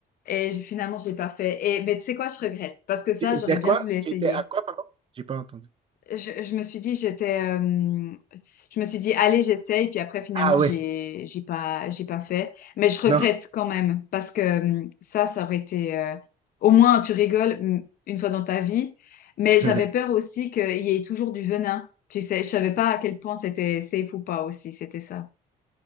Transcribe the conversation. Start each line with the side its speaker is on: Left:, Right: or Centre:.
Left: Et j'ai- finalement, j'ai pas fait. Et, mais tu sais quoi, je regrette. Parce que ça,
Right: Tu étais
Left: j'aurais bien
Right: quoi?
Left: voulu essayer.
Right: Tu étais à quoi, pardon? J'ai pas entendu.
Left: Je, je me suis dit, j'étais, euh, je me suis dit, allez, j'essaye. Puis après, finalement,
Right: Ah
Left: j'ai,
Right: ouais.
Left: j'ai pas, j'ai pas fait. Mais je regrette
Right: Non.
Left: quand même parce que euh, ça, ça aurait été. euh, au moins, tu rigoles mm, une fois dans ta vie. Mais
Right: <laughs>
Left: j'avais peur aussi qu'il y ait toujours du venin. Tu sais, je savais pas à quel point c'était safe ou pas aussi. C'était ça.